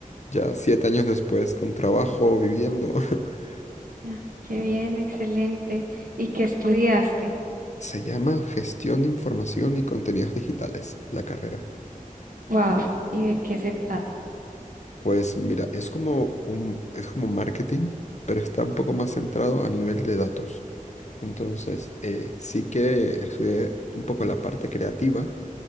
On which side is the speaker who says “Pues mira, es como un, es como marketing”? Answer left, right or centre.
Left